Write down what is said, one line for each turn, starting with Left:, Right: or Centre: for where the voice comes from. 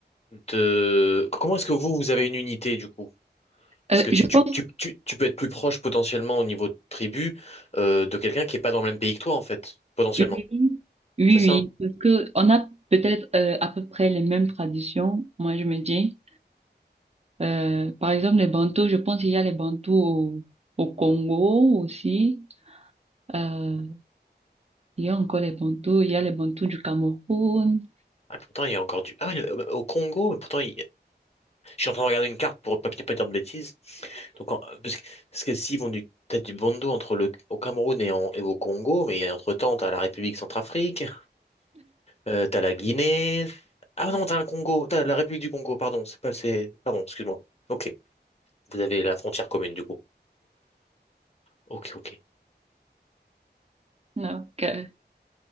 Left: de, comment est-ce que vous, vous avez une unité, du coup? Parce
Right: Euh,
Left: que tu,
Right: je
Left: tu,
Right: pense,
Left: tu, tu, tu peux être plus proche, potentiellement, au niveau de tribu, euh, de quelqu'un qui est pas dans le même pays que toi, en fait, potentiellement.
Right: oui, oui,
Left: C'est ça?
Right: oui. Parce que on a peut-être euh, à peu près les mêmes traditions, moi je me dis. Euh, par exemple, les bantous, je pense qu'il y a les bantous au, au Congo aussi. Euh, il y a encore les bantous, il y a les bantous du Cameroun.
Left: Ah, pourtant, il y a encore du, ah, ouais, le- au Congo, pourtant, il- Je suis en train de regarder une carte pour pas pas dire de bêtises. Donc, en- parce que, parce que s'ils vont du, t'as du bondo entre le, au Cameroun et, en- et au Congo, mais entre-temps, t'as la République centrafrique, euh, t'as la Guinée. Ah non, t'as le Congo, t'as la République du Congo, pardon, c'est pas, c'est, pardon, excuse-moi. Ok, vous avez la frontière commune du coup. Ok, ok.
Right: Donc, euh,